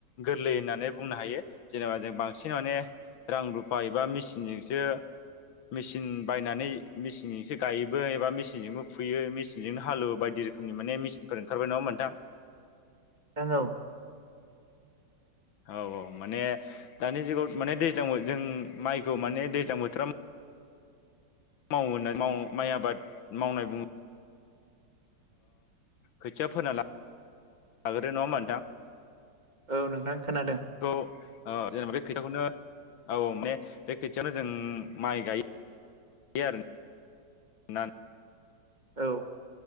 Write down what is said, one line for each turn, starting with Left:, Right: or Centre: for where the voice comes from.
Left: गोरलै होननानै बुंनो हायो जेनेबा जों बांसिन माने रां रुफा एबा मेचिनजोंसो मेचिन बायनानै मेचनजोंसो गायोबो एबा मेचिन मेचिनजोंबो फुयो मेचिनजोंनो हालुव बायदि रोखोमनि माने मेचिनफोर ओंखारबाय नङा होनबा नोंथां?
Right: नोंगौ
Left: औ औ माने दानि जुगाव माने दैज्लांयाव जों माइखौ माने दैज्लां बोथोरा माव माइ आबाद मावनाय बुङो। खोथिया फोना लाग्रो नङा होनबा नोंथां।
Right: औ नोंथां खोनादों
Left: <unintelligible> खोथाखौनो औ माने बे खोथियावनो जों माइ गायो <unintelligible>
Right: औ